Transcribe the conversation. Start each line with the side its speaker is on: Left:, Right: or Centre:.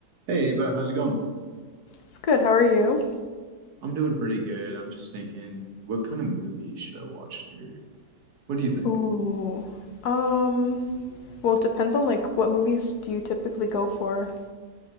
Right: Hey, Ava, how's it going?
Left: It's good. How are you?
Right: I'm doing pretty good. I'm just thinking, what kind of movie should I watch later? What do you think?
Left: Ooh. Um, well, it depends on like what movies do you typically go for?